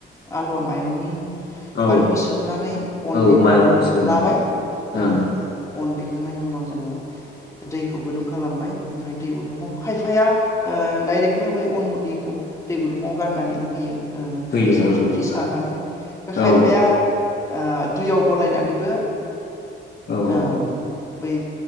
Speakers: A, on the left (about 15°); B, on the left (about 55°).
A: आलुवा माइरंनि
B: औ
A: माइरंखौ सोमनानै अन
B: औ
A: देना
B: माइरंखौ
A: लाना-लाबाय
B: सोमना ओं
A: औ अन देखांनायनि उनाव जोङो दैखौ गुदुं खालामबाय ओमफ्राय दै गुदुंङाव खायफाया ओ डाइरेक्टनो बै अन गुदिखौ दै गुदुङाव गारनानैबो होयो। औ
B: होयो
A: एसे
B: ओं
A: फ्रि फ्रि सारनानै बे खायफाया
B: औ
A: ओ दुइयाव गलायनानैबो
B: औ
A: ओ बै